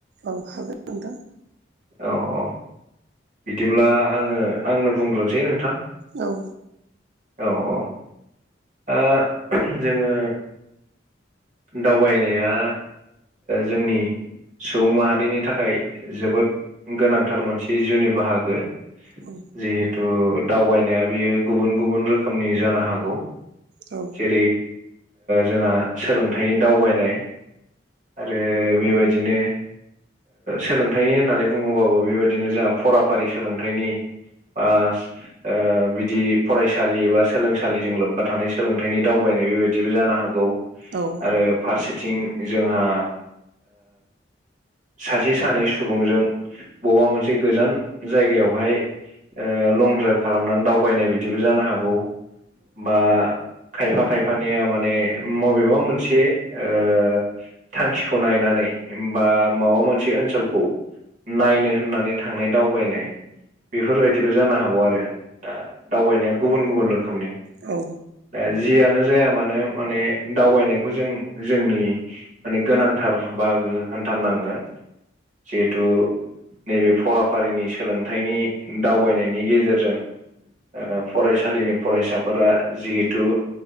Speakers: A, on the right; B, on the right.
A: औ हागोन नोंथां
B: औ औ बिदिब्ला आंङो आंनो बुंग्रोनसै नोंथां
A: औ
B: औ औ दा जोंङो दावबायनाया जोंनि सुबुं माहारिनि थाखाय जोबोद गोनांथार मोनसे जिउनि बाहागो
A: औ
B: जिहेतु दावबायनाया बियो गुबुन गुबुन रोखोमनि जानो हागौ।
A: औ
B: जै जोंहा सोलोंथनि दावबायनाय आरो बेबाय बिदिनो सोलोंथाइनि होननानै बुङोबाबो बेबायदिनो जोंहा फराफारि सोलोंथाइनि ओ बा बिदि फरायसालि बा सोलोंसालिजों लोब्बा थानाय सोलोंथाइनि दावबायनाय बेबायदिबो जानो हागौ
A: औ
B: आरो फारसेथिं जोंहा सासे सानै सुबुंजों बबेबा मोनसे गोजान जायगायावहाय लं द्राइभ खालामनानै दावबायनाय बिदिबो जानो हागौ। बा खायफा खायफानिया माने मबेबा मोनसे मोनसे थांखिखौ नायनानै बा माबा मोनसे ओनसोलखौ नायनो होननानै थांनाय दावबायनाय बेफोरबायदिबो जानो हागौ आरो दा दावबायनाया गुबुन गुबुन रोखोमनि
A: औ
B: दा जियानो जाया मानो माने दावबायनायखौ खौ जों जोंनि माने गोनांथार बाहागो होनथारनांगोन जिहेथु नैबे फराफारिनि सोलोंथाइनि दावबायनायनि गेजेरजों ओ फरायसालिनि फरायसाफोरा जिहेथु